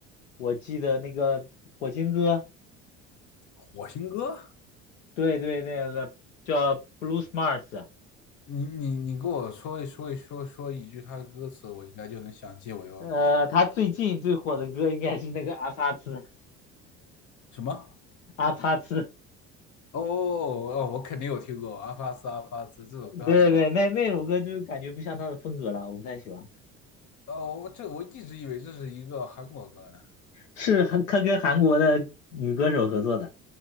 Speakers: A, on the left; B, on the left.
A: 我记得那个《火星哥》。
B: 火星哥，
A: 对对，那个叫 Blue Smart，
B: 你你你给我说一说一说说一句他的歌词，我应该就能想起我有没有听
A: 呃，他最近最火的歌应该是那个阿帕茨，
B: 什么？
A: 阿帕茨，
B: 哦哦，哦哦我肯定有听过《阿发斯阿发斯》这首歌，
A: 对对，
B: 还是吧？
A: 那那首歌就感觉不像他的风格了，我不太喜欢。
B: 哦，我这我一直以为这是一个韩国歌呢，
A: 是韩，他跟韩国的女歌手合作的，